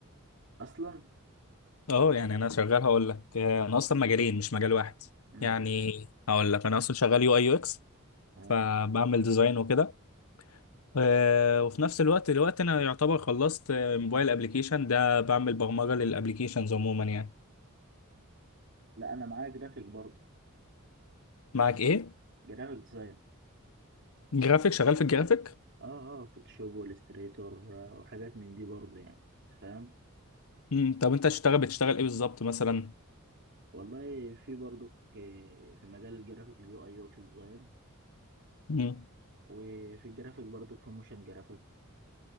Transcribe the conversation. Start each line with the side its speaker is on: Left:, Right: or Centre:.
Right: اصلا
Left: اه يعني انا شغال هقول لك آه، انا اصلا مجالين مش مجال واحد
Right: امم
Left: يعني هقول لك انا اصلا شغال يو اي يو اكس
Right: تمام
Left: فبعمل ديزاين وكده آه، وفي نفس الوقت دلوقتي انا يعتبر خلصت آه، موبايل ابلكيشن ده بعمل برمجه للابلكيشنز عموما يعني
Right: لا انا معايا جرافيك برضو
Left: معك ايه
Right: جرافيك ديزاين
Left: جرافيك شغال في الجرافيك
Right: اه اه فوتوشوب والستريتور وحاجات من دي برضو يعني فاهم.
Left: مم. طب انت تشتغل بتشتغل ايه بالظبط مثلا
Right: والله في برضك آه، في مجال الجرافيك اليو اي يو اكس ديزاين
Left: مم.
Right: وفي الجرافيك برضك في موشن جرافيك